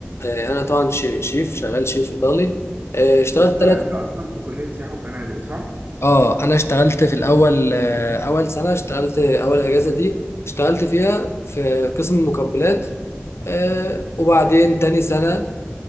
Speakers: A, on the left; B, on the right.
A: آه، أنا طبعا ش- شيف شغال شيف إيطالي آه، اشتغلت
B: هو انت
A: ثلاث
B: انت اصلا في كلية سياحة وفنادق صح
A: اه انا اشتغلت في الاول آه، اول سنه اشتغلت اول اجازه دي اشتغلت فيها في قسم المقبلات آه
B: مم.
A: وبعدين تاني سنه